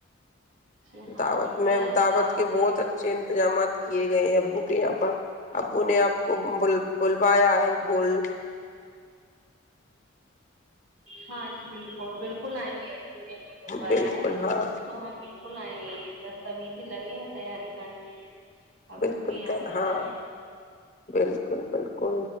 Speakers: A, on the right; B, on the left.
A: جی ہاں
B: دعوت
A: بالکل
B: میں
A: آئیں گے
B: دعوت کے بہت
A: میں تو
B: اچھے انتظامات کیے گئے ہیں ابو کے یہاں پر ابو نے آپ کو ب بلوایا ہے بول
A: ہاں جی بالکل بالکل آئیں گے ابو نے ہم کو پایا
B: بالکل
A: ہے
B: ہاں
A: تو ہم بالکل آئیں گے یہ پ سبھی سے لگے ہیں تیاری کرنے میں ابو
B: بالکل
A: کے یہاں پہ
B: ہاں
A: جائیں
B: بالکل بالکل کو